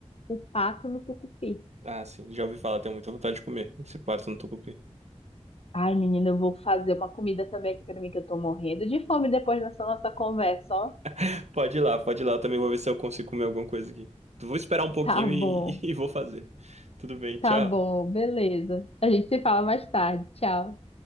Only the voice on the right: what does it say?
Ah, sim, já ouvi falar, tenho muita vontade de comer esse pato no tucupi.
<laughs> Pode ir lá, pode ir lá, eu também vou ver se eu consigo comer alguma coisa aqui. Vou esperar um pouquinho
e, <laughs> e vou fazer. Tudo bem, tchau.